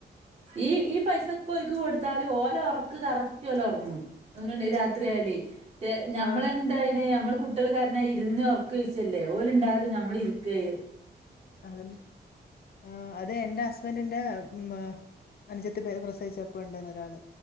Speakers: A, on the right (about 35°); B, on the left (about 60°).
A: ഈ ഈ പൈസക്കെ ഒൽക്ക് കൊടുത്താല് ഓല ഉറക്ക് കറ ല ഉറങ്ങും അങ്ങനെ രാത്രിയാലെ നമ്മളെ
B: ആഹ്
A: എന്തായ നമ്മ കുട്ടികൾ കാരഞാ ഇരുന്ന്റക്കുഴിച്ചല്ലേ ഓലെ ഉണ്ടാലും നമ്മൾ ഇരിക്കു
B: അതെന്നെ ആ അത് എന്റെ ഹസ്ബൻ്റിൻ്റെ ഉമ്മ അനുജത്തി പ്രസവിച്ച് കേടാക്കാനൊണ്ടേനൊരാള്